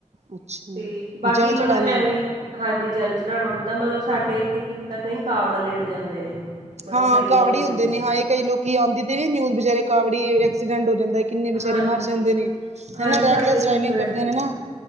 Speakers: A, on the right; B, on the right.
A: ਅੱਛਾ
B: ਤੇ ਬਾਕੀ
A: ਜਲ
B: ਮਤਲਬ
A: ਚੜਾਣਾ
B: ਐਵੇਂ ਹਾਂਜੀ, ਜਲ ਚੜ੍ਹਾਣਾ ਹੁੰਦਾ। ਮਤਲਬ ਸਾਡੇ ਇੱਥੇ ਕੀ ਹੁੰਦਾ ਕਈ ਕਾਵੜ ਲੈਣ ਜਾਂਦੇ ਨੇ। ਮਤਲਬ
A: ਹਾਂ,
B: ਹਰਿਦੁਆਰ
A: ਕਾਵੜੀ
B: ਜਾਂਦੇ
A: ਹੁੰਦੇ ਨੇ ਹਾਂ ਇਹ ਕਈ ਲੋਕੀ ਆਂਦੀ ਤੇ ਵੀ ਨਿਊਜ਼ ਬੇਚਾਰੇ ਕਾਵੜੀ ਐਕਸੀਡੈਂਟ ਹੋ ਜਾਂਦਾ ਐ। ਕਿੰਨੇ ਬੇਚਾਰੇ
B: ਹਾਂਜੀ,
A: ਮਰ ਜਾਂਦੇ ਨੇ,
B: ਹਾਂਜੀ
A: ਹਨਾਂ ਰੈਕਲੈਸ
B: ਸਾਡੇ
A: ਡਰਾਵਿੰਗ
B: ਵੀ ਹੋਇਆ
A: ਕਰਦੇ
B: ਸੀ ਇੱਕ
A: ਨੇ ਨਾਂ।
B: ਵਾਰ